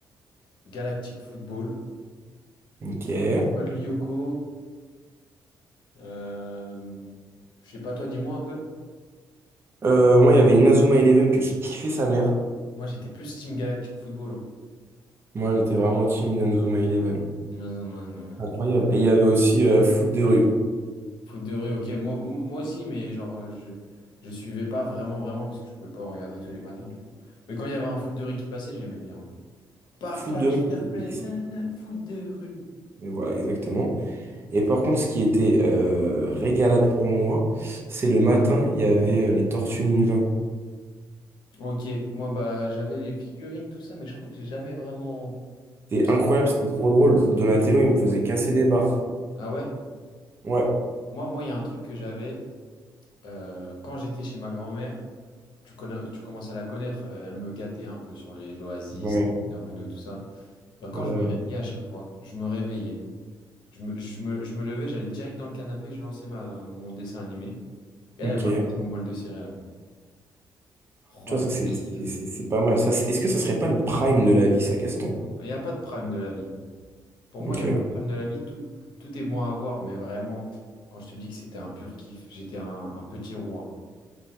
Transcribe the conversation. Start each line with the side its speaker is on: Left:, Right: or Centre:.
Left: Galactic Football,
Right: ok.
Left: Code Lyoko, euh, je sais pas, toi, dis-moi un peu.
Right: Euh, moi, il y avait Inazuma Eleven que je kiffais sa mère.
Left: Moi, j'étais plus Team Galactic Football.
Right: Moi, j'étais vraiment team Inazuma Eleven.
Left: hein. Ouais.
Right: Incroyable. Et il y avait aussi euh, Foot de rue.
Left: Foot de rue, ok. Moi, moi aussi, mais genre, euh, je, je suivais pas vraiment, vraiment, parce que je pouvais pas regarder tous les matins, du coup. Mais quand il y avait un foot de rue qui passait, j'aimais bien, ouais. Partage,
Right: Foot de rue, c'était
Left: fair play,
Right: X.
Left: nanana, foot de rue.
Right: Mais voilà, exactement. Et par contre, ce qui était euh, régalade pour moi, c'est le matin, il y avait euh, les Tortues Ninja.
Left: Ok, moi, bah, j'avais les figurines, tout ça, mais je crois que j'ai jamais vraiment.
Right: C'était
Left: Parce
Right: incroyable,
Left: que.
Right: c'était trop drôle. Donatello, il me faisait casser des barres.
Left: Ah ouais?
Right: Ouais,
Left: Moi, moi, il y a un truc que j'avais euh, quand j'étais chez ma grand-mère. Tu connais, tu commences à la connaître, euh, elle me gâtait un peu sur les l'Oasis,
Right: ouais,
Left: les Hermanos, tout ça. Bah, quand
Right: ouais.
Left: je me réveillais à chaque fois, je me réveillais. Je me, je me, je me levais, j'allais direct dans le canapé, je lançais ma, mon dessin animé. Elle,
Right: ouais.
Left: elle
Right: Ok.
Left: m'apportait mon bol de céréales. Oh,
Right: Tu
Left: le
Right: vois, ça, c'est
Left: kiff.
Right: c'est- c'est- c'est pas mal. Ça, c'est- Est-ce que ça serait pas le prime de la vie, ça, Gaston?
Left: Il n'y a pas de prime de la vie. Pour
Right: Ok.
Left: moi, il n'y a pas de prime de la vie. Tout, tout est bon à avoir, mais vraiment, quand je te dis que c'était un pur kiff, j'étais un, un petit roi.